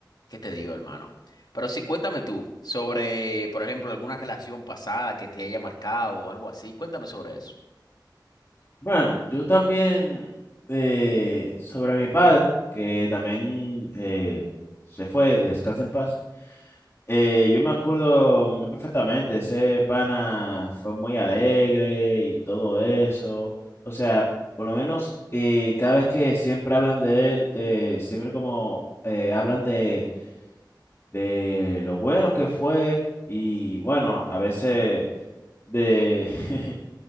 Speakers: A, on the left; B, on the left.
A: ¿qué te digo, hermano? Pero sí, cuéntame tú sobre, por ejemplo, alguna relación pasada que te haya marcado o algo así. Cuéntame sobre eso.
B: Bueno, yo también eh, sobre mi padre, que también eh, se fue, descansa en paz. eh, yo me acuerdo muy perfectamente, ese pana fue muy alegre y todo eso. O sea, por lo menos eh, cada vez que siempre hablan de él, eh, siempre como eh, hablan de, de lo bueno que fue y bueno, a veces de <laughs>